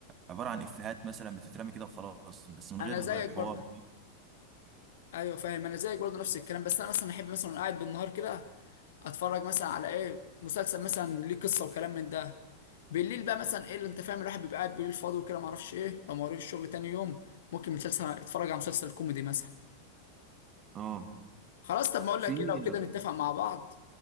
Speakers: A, on the right (about 30°); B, on the left (about 60°).
A: عباره عن افيهات مثلا بتترمي كده وخلاص بس من
B: انا
A: غير
B: زيك
A: حوار
B: برضه ايوه فاهم انا زيك برضه نفس الكلام بس انا مثلا احب مثلا وأنا قاعد بالنهار كده اتفرج مثلا على ايه مسلسل مثلا ليه قصه وكلام من ده بالليل بقى مثلا ايه اللي انت فاهم الواحد بيبقى قاعد بالليل فاضي وكده معرفش ايه لو ما وريش الشغل تاني يوم ممكن مسلسل يتفرج على مسلسل كوميدي مثلا
A: اه
B: خلاص طب ما اقول
A: في
B: لك كده لو كده نتفق مع بعض